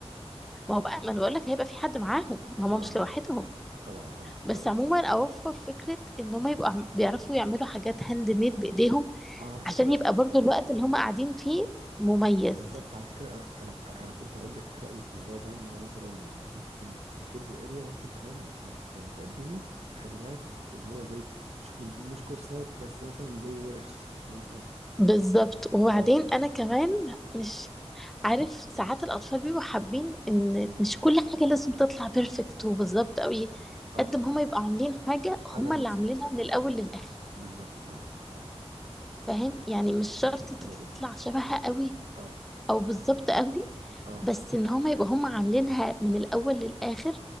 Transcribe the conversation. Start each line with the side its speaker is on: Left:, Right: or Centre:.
Centre: ما هو بقى ما انا بقول لك هيبقى في حد معاهم ما هم
Right: اه
Centre: مش لوحدهم
Right: اه طبعا اه
Centre: بس
Right: ف-
Centre: عموما اوفر فكره ان هم يبقوا عم- بيعرفوا يعملوا حاجات هاند ميد بايديهم
Right: اه على فكره
Centre: عشان يبقى برضو الوقت اللي هما قاعدين فيه مميز
Right: بالظبط على فكره انا انا أنا كنت هقول لك رايي في الموضوع ده ان هو مثلا يعني ممكن ككيدز اريا ممكن كمان لا- يعني تقدمي خدمات اللي هو زي مش مش كورسات بس مثلا زي ورش اللي هو مثلا
Centre: بالظبط وبعدين
Right: اه
Centre: انا كمان مش عارف ساعات الاطفال بيبقوا حابين ان مش كل حاجه لازم تطلع بيرفكت وبالظبط قوي
Right: اه
Centre: قد ما هما يبقوا عاملين حاجه
Right: حاجه
Centre: هما
Right: بنفسها
Centre: اللي عاملينها من الاول للاخر
Right: بالظبط فعلا اه
Centre: فاهم يعني مش شرط
Right: فكره
Centre: تطلع
Right: حلوه جدا
Centre: شبهها قوي
Right: اه
Centre: او بالظبط قوي
Right: اه
Centre: بس ان هما يبقوا هما عاملينها من الاول للاخر